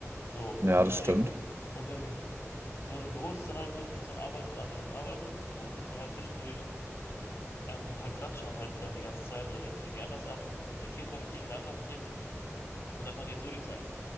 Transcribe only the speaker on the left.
So, und
Ja,
deswegen,
und im, so in einem Büro ist es dann halt so, dass man arbeitet und arbeitet und arbeitet und so halt zwischendurch ähm, halt tratscht man halt dann die ganze Zeit oder lenkt sich irgendwie anders ab, geht hier einen Kaffee trinken, da einen Kaffee trinken und dann vergeht so die Zeit.